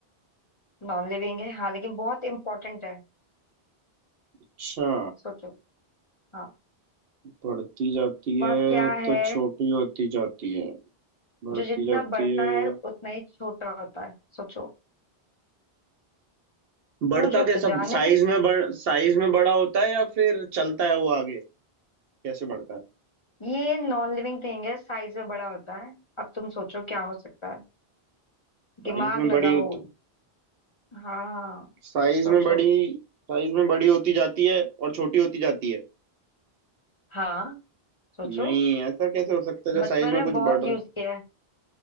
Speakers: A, on the left (about 35°); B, on the right (about 70°).
A: नॉन लिविंग है हाँ लेकिन बहुत इंपॉर्टेंट है
B: अच्छा
A: सोचो हाँ
B: बढ़ती जाती है
A: वह क्या है
B: तो छोटी होती जाती है बढ़ती
A: जो जितना
B: जाती
A: बढ़ता
B: है
A: है उतना ही छोटा होता है सोचो
B: बढ़ता
A: पूछो
B: कैसा
A: तो जाने
B: साइज में बढ़ साइज में बड़ा होता है या फिर चलता है वो आगे कैसे बढ़ता है
A: ये नॉन लिविंग थिंग है साइज में बड़ा होता है अब तुम सोचो क्या हो सकता है
B: साइज
A: दिमाग
B: में बड़ी
A: लगाओ
B: होती
A: हाँ
B: साइज
A: सोचो
B: में बड़ी साइज में बड़ी होती जाती है और छोटी होती जाती है
A: हाँ सोचो
B: नहीं ऐसा कैसे हो सकता है जो
A: बचपन
B: साइज में
A: में
B: कुछ
A: बहुत
B: बढ़ रहा
A: यूज
B: है
A: किया है